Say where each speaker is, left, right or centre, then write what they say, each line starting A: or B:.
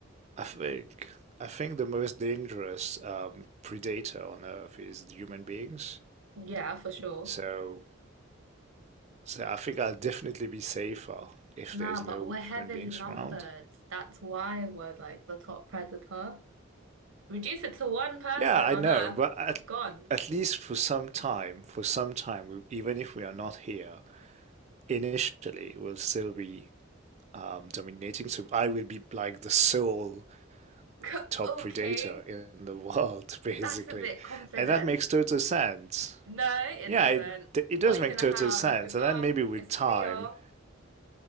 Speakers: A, on the right; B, on the right.
A: I think I think the most dangerous um, predator on Earth is the human beings.
B: Yeah, for sure.
A: So so I think I'll definitely be safer if
B: Nah,
A: there's no
B: but we're
A: human
B: heavily
A: beings
B: numbered.
A: around.
B: That's why we're like the top predator. Reduce it to one person
A: Yeah, I
B: on
A: know,
B: Earth,
A: but at
B: gone.
A: at least for some time, for some time, we, even if we are not here initially, we'll still be um, dominating. So I will be like the sole
B: <laughs>
A: top
B: Okay,
A: predator in the world, <laughs> basically,
B: that's a bit confident.
A: and that makes total sense.
B: No, it
A: Yeah,
B: doesn't.
A: it it
B: What
A: does
B: are
A: make
B: you gonna
A: total
B: have?
A: sense.
B: Like a gun,
A: And then maybe with
B: a spear?
A: time,